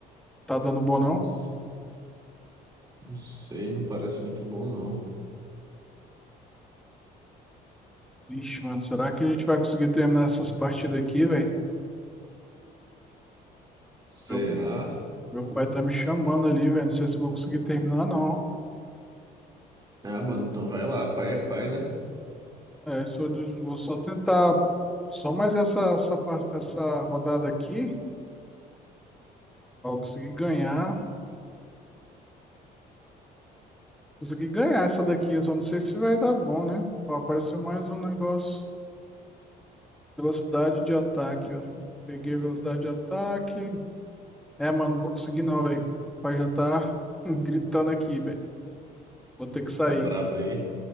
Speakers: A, in the centre; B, on the right.
A: Tá dando bom não?
B: Não se- não sei, não parece muito bom, não.
A: Ixi, mano, será que a gente vai conseguir terminar essas partidas aqui, velho?
B: Será?
A: Meu, meu pai tá me chamando ali, velho, não sei se eu vou conseguir terminar não.
B: Ah, mano, então vai lá, pai é pai, né?
A: É, se eu des- vou só tentar, só mais essa, essa, par- essa rodada aqui, pra eu conseguir ganhar. Consegui ganhar essa daqui, eu só não sei se vai dar bom, né? Ó, apareceu mais um negócio. Velocidade de ataque, ó. Peguei a velocidade de ataque. É, mano, não vou conseguir não, velho. O pai já tá <laughs> gritando aqui, velho. Vou ter que sair.
B: Tá brabo aí.